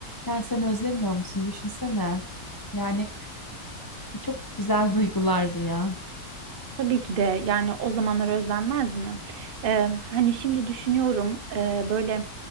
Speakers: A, on the left; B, on the right.
A: Yani sen özlemiyor musun? Düşünsene. Yani çok güzel duygulardı ya.
B: Tabii ki de yani o zamanlar özlenmez mi? Ee, hani şimdi düşünüyorum e, böyle